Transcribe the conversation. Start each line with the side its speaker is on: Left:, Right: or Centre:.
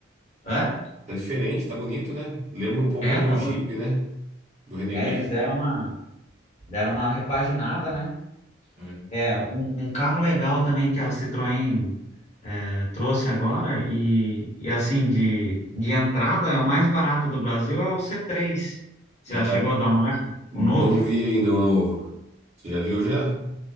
Left: Hã?
Right: Tá diferente, tá bonito, né? Lembra um pouco
Left: É,
Right: do
Left: tá
Right: Jeep,
Left: bom.
Right: né? Do Renegade.
Left: É, eles deram uma, deram uma repaginada, né?
Right: É.
Left: É, um, um carro legal também que a Citroën é, trouxe agora, e, e assim, de, de entrada, é o mais barato do Brasil, é o C3. Você
Right: E
Left: já
Right: tá.
Left: chegou a dar uma olhada?
Right: Não
Left: O novo?
Right: vi ainda o novo. Você já viu já?